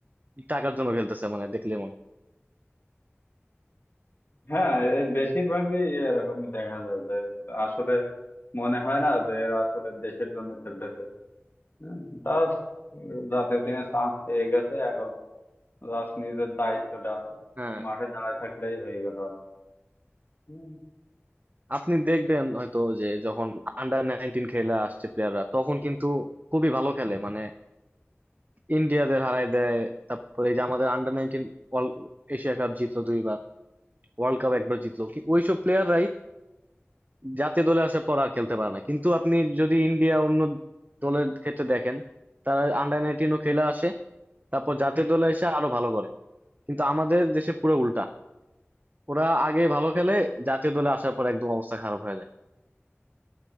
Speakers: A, on the right; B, on the left.
A: টাকার জন্য খেলতেছে মানে দেখলে মন
B: হ্যাঁ এ বেশিরভাগই এরকমই দেখা যায় যে আসলে মনে হয় না যে এরা আসলে দেশের জন্য খেলতেছে হম, তা জাতীয় টিমে চান্স পেয়ে গেছে এখন জাস্ট নিজের দায়িত্বটা
A: হ্যাঁ
B: মাঠে দাঁড়ায় থাকলেই হয়ে গেল আর কি। হুম।
A: আপনি দেখবেন হয়তো যে যখন আন্ডার নাইনটিন খেলে আসছে প্লেয়াররা তখন কিন্তু খুবই ভালো খেলে মানে ইন্ডিয়াদের হারায় দেয় তারপরে এই যে আমাদের আন্ডার নাইনটিন এশিয়া কাপ জিতলো দুইবার ওয়ার্ল্ড কাপ একবার জিতলো কি- ওইসব প্লেয়াররাই জাতীয় দলে আসার পর আর খেলতে পারে না কিন্তু আপনি যদি ইন্ডিয়া অন্য দলের ক্ষেত্রে দেখেন তারা আন্ডার নাইনটিনও খেলে আসে তারপর জাতীয় দলে এসে আরো ভালো করে কিন্তু আমাদের দেশে পুরো উল্টা ওরা আগে ভালো খেলে জাতীয় দলে আসার পর একদম অবস্থা খারাপ হয়ে যায়